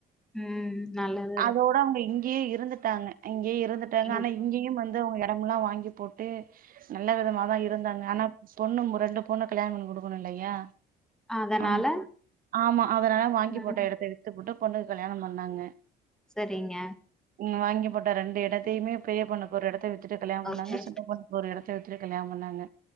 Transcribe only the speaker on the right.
அதோட அவங்க இங்கயே இருந்துட்டாங்க இங்கேயே இருந்துட்டாங்க
ஆனா இங்கியும் வந்து அவங்க எடமெல்லா வாங்கி ங்கி போட்டு நல்ல விதமா தா இருந்தாங்க ஆனாப் ஸ் பொண்ணும் ரெண்டு பொண்ண கல்யாணம் பண்ணி குடுக்கணு இல்லையா
ம் ஆமா அதனால வாங்கி
போட்ட எடத் த்த வித்துபுட்டு பொண்ணுக்கு கல்யாணம் பண்ணாங்க
இங்க வாங்கி போட்ட ரெண்டு எடத்தையுமே பெரிய பொண்ணுக் ஒரு எடத்த வித் துட்டு கல்யாணம் பண்ணாங்க
சின்ன பொண்ணுக்கு ஒரு எடத்த வித் துட்டு கல்யாணம் பண்ணாங்க